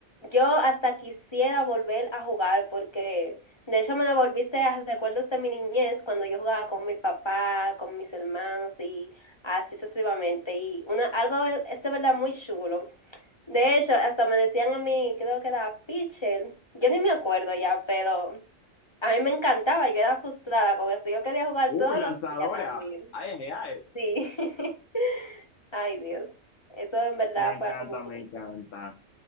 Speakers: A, on the left; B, on the left.
A: yo hasta quisiera volver a jugar porque de hecho me devolviste a recuerdos de mi niñez cuando yo jugaba con mi papá, con mis hermanos y así sucesivamente. Y una, algo es de verdad muy chulo. De hecho, hasta me decían a mí, creo que era pitcher, yo ni me acuerdo ya, pero a mí me encantaba, yo era frustrada con eso, yo quería jugar
B: Uy,
A: todos
B: lanzadora.
A: los días también.
B: Ay, ay, ay.
A: Sí. <laughs> Ay, Dios. Eso en verdad
B: Me encanta,
A: fue algo muy
B: me
A: bonito.
B: encanta.